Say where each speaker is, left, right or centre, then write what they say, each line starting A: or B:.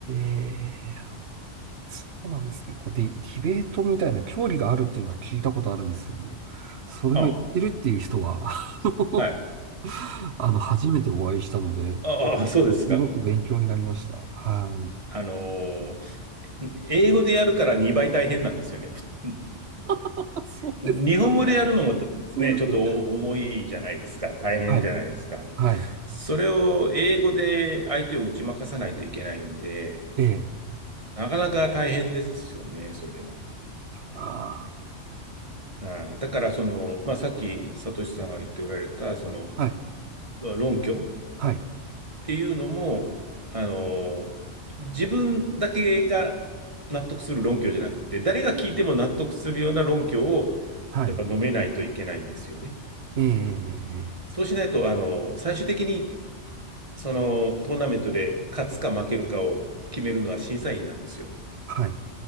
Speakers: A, on the right; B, on the right.
A: え、そうなんですね。こうディ、ディベートみたいな競技があるっていうのは聞いたことあるんですけども、それをやってるっていう人は、
B: あ、
A: <laughs> あの、
B: はい。
A: あの初めてお会いしたので、
B: ああ、そうですか。
A: すごく勉強になりました。はい。
B: あのー英語でやるから2倍大変なんですよね。ふに
A: <laughs> そうですよね。
B: に日本語でやるのもたね、
A: そうですよね。
B: ちょっとお重いじゃないですか。大変じゃないですか。
A: はい。はい。
B: それを英語で相手を打ち負かさないといけないんで、
A: ええ
B: なかなか大変ですよね、それは。
A: あ
B: うん、だからその、まあ、さっきサトシさんが言っておられたその
A: あ、はい、
B: ろ論拠っ
A: はい、
B: ていうのもあの自分だけが納得する論拠じゃなくて誰が聞いても納得するような論拠を
A: はい。
B: やっぱ述べないといけないんですよね。
A: ええ、ええ、ええ
B: そうしないとあの最終的にそのトーナメントで勝つか負けるかを決めるのは審査員なんですよ。
A: はい、